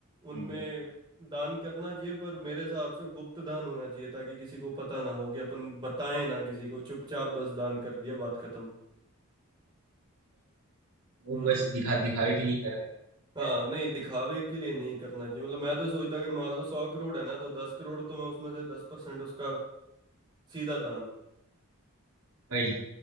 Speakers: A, on the right; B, on the right.
A: उनमें
B: हम्म,
A: दान करना चाहिए पर मेरे हिसाब से गुप्त दान होना चाहिए ताकि किसी को पता ना हो कि अपन बताएं ना किसी को चुपचाप बस दान कर दिया बात खत्म
B: वो
A: हम्म
B: बस दिखा दिखावे के लिए कर रहे हैं
A: हाँ
B: यार
A: नहीं दिखावे के लिए नहीं करना चाहिए मतलब मैं तो सोचता अगर मान लो सौ करोड़ है ना तो दस करोड़ तो मैं उसमें से दस परसेंट उसका सीधा दान
B: भाई